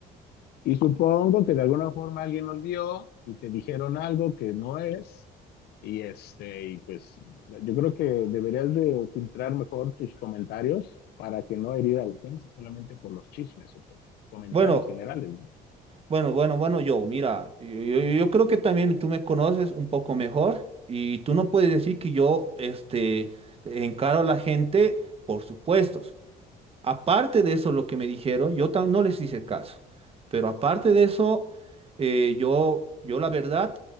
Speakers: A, on the left; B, on the right.
A: Y supongo que de alguna forma alguien los vio y te dijeron algo que no es. Y este, y pues yo creo que deberías de filtrar mejor tus comentarios para que no herir a la gente solamente por los chismes o por comentarios
B: Bueno,
A: generales, ¿no?
B: bueno, bueno, bueno, Joe, mira, yo, yo- yo creo que también tú me conoces un poco mejor y tú no puedes decir que yo, este, encaro a la gente por supuestos. Aparte de eso, lo que me dijeron, yo tam- no les hice caso. Pero aparte de eso, eh, yo, yo la verdad,